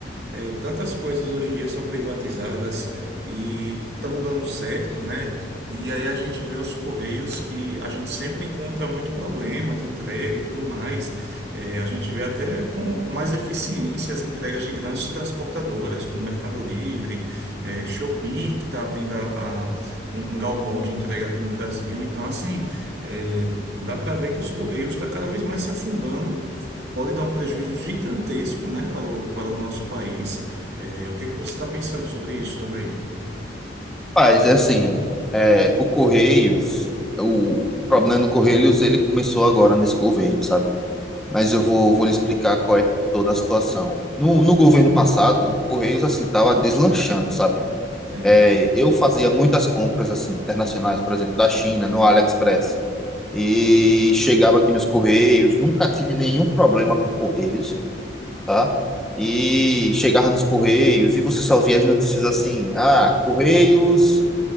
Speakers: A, on the right; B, in the centre.
A: É, tantas coisas hoje em dia são privatizadas e estão dando certo, né? E aí a gente vê os Correios que a gente sempre encontra muito problema de entrega e tudo mais. É, a gente vê até com mais eficiência as entregas de grandes transportadoras, como Mercado Livre, é, Shopee, que está abrindo a, a- um, um galpão de entrega aqui no Brasil. Então, assim, é, dá para ver que os Correios estão cada vez mais se afundando pode dar um prejuízo gigantesco, né, para o, para o nosso país. É, o que é que você está pensando sobre isso também?
B: Mas, é assim, é... o Correios, o... o problema do Correios, ele começou agora nesse governo, sabe? Mas eu vou, vou lhe explicar qual é toda a situação. No, no governo passado, o Correios, assim, tava deslanchando, sabe?
A: Sim.
B: É, eu fazia muitas compras assim internacionais, por exemplo, da China, no AliExpress. E chegava aqui nos Correios, nunca tive nenhum problema com Correios, tá? E chegava nos Correios e você só via as notícias assim: ah, Correios